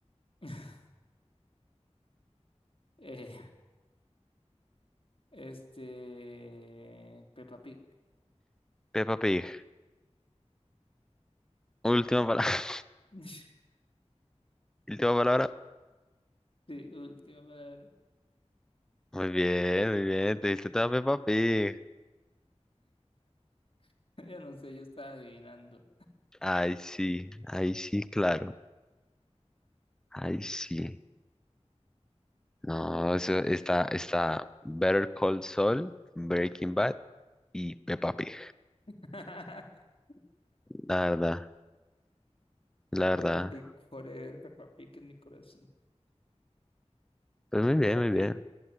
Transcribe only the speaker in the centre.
Peppa Pig. Última palabra. <laughs>
Última palabra.
Muy bien, muy bien. Te diste toda Peppa Pig.
ay sí, ahí sí, claro. ay sí. No, eso está, está Better Call Saul, Breaking Bad y Peppa Pig.
La verdad, la verdad.
Pues muy bien,
muy
bien.